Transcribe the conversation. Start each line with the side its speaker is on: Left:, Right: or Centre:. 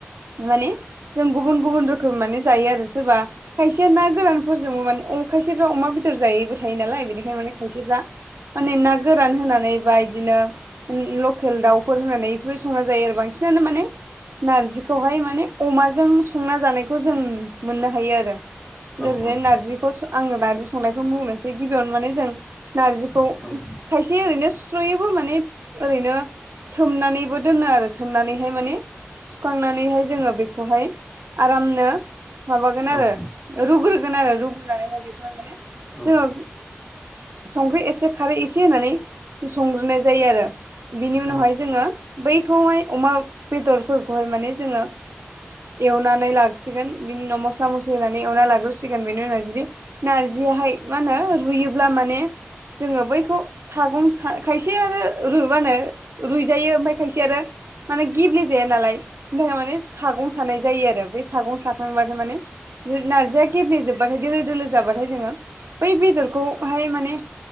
Right: माने जों गुबुन गुबुन रोखोमै माने जायो आरो सोरबा खायसेया ना गोरानफोरजोंबो माने अ खायसेफ्रा अमा बेदर जायैबो थायो नालाय बेनिखायनो माने खायसेफ्रा माने ना गोरान होनानै बा इदिनो लकेल दाउफोर होनानै बेफोरबादि संना जायो आरो बांसिनानो माने नारजिखौहाय माने अमाजों संना जानायखौ जों मोननो हायो आरो
Left: औ
Right: ओरैजाय
Left: औ औ
Right: नारजिखौ आं नारजि संनायखौ बुंनोसै गिबियावनो माने जों नारजिखौ
Left: औ
Right: खाय से ओरैनो सुस्र'योबो माने ओरैनो सोमनानैबो दोनो आरो सोमनानैहाय माने सुखांनानैहाय जोङो बेखौहाय आरामनो माबागोन
Left: औ
Right: आरो रुग्रोगोन आरो रुग्रोनानैहाय बेखौहाय माने
Left: औ
Right: जोङो संख्रि एसे खारै एसे होननानै संग्रोनाय जायो आरो बिनि
Left: औ
Right: उनावहाय जोङो बैखौहाय अमा बेदरफोरखौहाय माने जोङो एवनानै लाखिगोन बिनि उनाव मस्ला मस्लि होना नै एवना लाग्रोसिगोन बेनि उनाव जुदि नारजियाहाय मा होनो रुयोब्ला माने जोङो बैखौ सागं ओ खायसे आरो रु मा होनो रुइजायो ओमफ्राय खायसे आरो माने गेब्लेेजाया नालाय बिनि थाखाय माने सागं सानाय जायो आरो बै सागं साखांबाथाय माने जो नार्जिया गेब्लेेजोबबाथाय दोलो दोलो जाबाथाय जोङो बै बेदरखौहाय माने